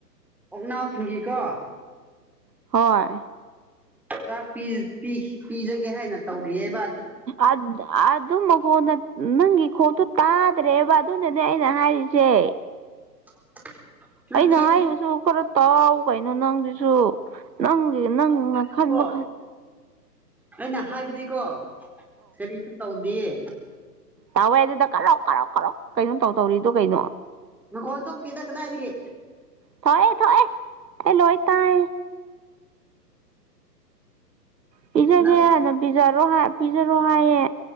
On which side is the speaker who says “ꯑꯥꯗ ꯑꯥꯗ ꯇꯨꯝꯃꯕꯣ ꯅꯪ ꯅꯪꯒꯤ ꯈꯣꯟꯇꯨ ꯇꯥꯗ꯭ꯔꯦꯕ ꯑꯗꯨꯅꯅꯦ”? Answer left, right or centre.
Right